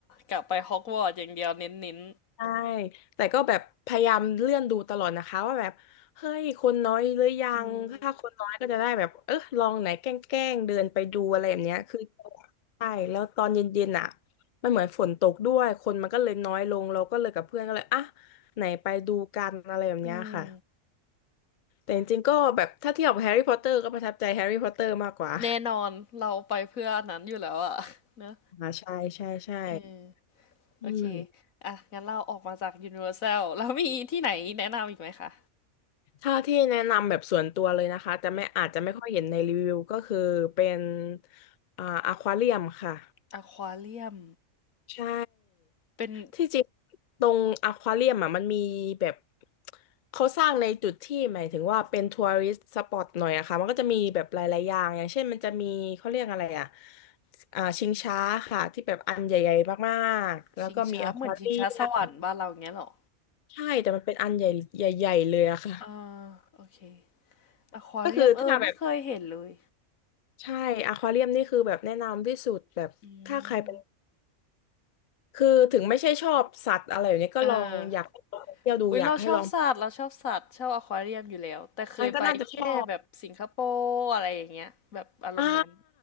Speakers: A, on the left; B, on the left.
A: กลับไปฮอกวอตส์อย่างเดียวเน้น
B: ใช่แต่ก็แบบพยายามเลื่อนดูตลอดนะคะว่าแบบเฮ้ยคนน้อยหรือยังถ้าคนน้อยก็จะได้แบบเออลองไหนแกล้งๆเดินไปดูอะไรแบบเนี้ยคือ
A: ๆอืม
B: ใช่แล้วตอนเย็นๆอ่ะมันเหมือนฝนตกด้วยคนมันก็เลยน้อยลงเราก็เลยกับเพื่อนก็เลยอ่ะไหนไปดูกันอะไรแบบเนี้ยค่ะ
A: อืม
B: แต่จริงๆก็แบบถ้าเทียบกับแฮร์รี่พอตเตอร์ก็ประทับใจแฮร์รี่พอตเตอร์มากกว่า
A: แน่นอนเราไปเพื่ออันนั้นอยู่แล้วอะเนอะ
B: <laughs> อ่าใช่ใช่ใช่
A: เออ โอเค
B: อืม
A: อ่ะ งั้นเราออกมาจาก Universal แล้วมีที่ไหนแนะนำอีกไหมคะ
B: ถ้าที่แนะนำแบบส่วนตัวเลยนะคะจะไม่อาจจะไม่ค่อยเห็นในรีวิวก็คือเป็น
A: อืม
B: อ่าอควาเรียมค่ะ
A: อควาเรียม
B: ใช่
A: เป็น
B: ที่จริงตรงอควาเรียมอ่ะมันมีแบบเขาสร้างในจุดที่หมายถึงว่าเป็นทัวริสต์สปอตหน่อยอะค่ะมันก็จะมีแบบหลายๆอย่างอย่างเช่นมันจะมีเขาเรียกอะไรอ่ะอ่าชิงช้าค่ะที่แบบอันใหญ่ๆมากๆแล้วก็มีอควาเรียม
A: ชิงช้าเหมือนชิงช้าสวรรค์บ้านเราอย่างเงี้ยเหรอ
B: ใช่แต่มันเป็นอันใหญ่ใหญ่ๆเลยอะค่ะ
A: อ่าโอเคอควาเรียมเออไม่เคยเห็นเลย
B: ก็คือถ้าแบบ ใช่อควาเรียมนี่คือแบบแนะนำที่สุดแบบถ้าใครเป็น
A: อืม
B: คือถึงไม่ใช่ชอบสัตว์อะไรอย่างนี้ก็ลองอยากให้ลองเที่ยวดูอยากให้ลอง
A: เออ อุ๊ยเราชอบสัตว์เราชอบสัตว์ชอบอควาเรียมอยู่แล้ว แต่เคยไปแค่แบบสิงคโปร์อะไรอย่างเงี้ยแบบอารมณ์นั้น
B: มันก็น่าจะชอบอ่า